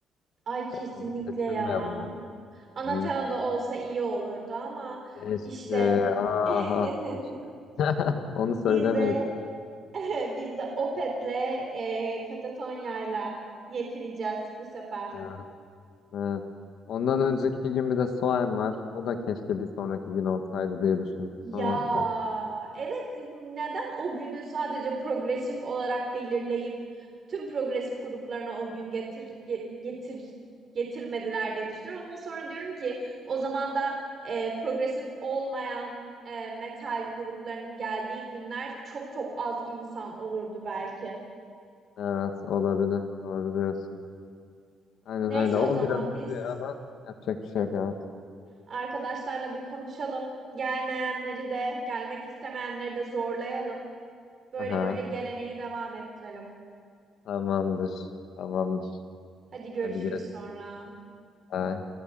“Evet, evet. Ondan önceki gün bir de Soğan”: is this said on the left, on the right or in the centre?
Left